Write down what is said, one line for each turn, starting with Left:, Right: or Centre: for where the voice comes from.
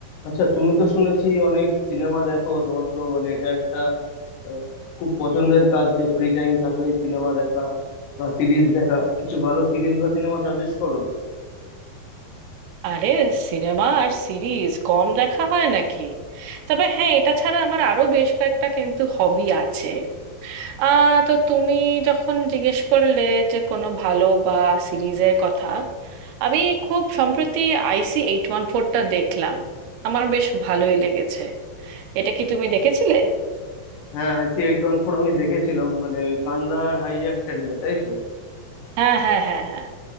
Left: আচ্ছা তুমি তো শুনেছি অনেক সিনেমা দেখো তোমার তো মানে এটা একটা আহ, খুব পছন্দের কাজ যে ফ্রি টাইম থাকলে সিনেমা দেখা বা সিরিজ দেখা কিছু ভালো সিরিজ বা সিনেমা সাজেস্ট করো না?
Right: আরে সিনেমা আর সিরিজ কম দেখা হয় নাকি তবে হ্যাঁ এটা ছাড়া আমার আরো বেশ কয়েকটা কিন্তু হবি আছে আহ তো তুমি যখন জিজ্ঞেস করলে যে কোনো ভালো বা সিরিজের কথা আমি খুব সম্প্রতি আইসি এইট ওয়ান ফোরটা দেখলাম আমার বেশ ভালোই লেগেছে এটা কি তুমি দেখেছিলে
Left: হ্যাঁ আইসি এইট ওয়ান ফোর আমি দেখেছিলাম মানে ওই কান্দাহার হাইজ্যাকটা নিয়ে তাই তো
Right: হ্যাঁ হ্যাঁ হ্যাঁ হ্যাঁ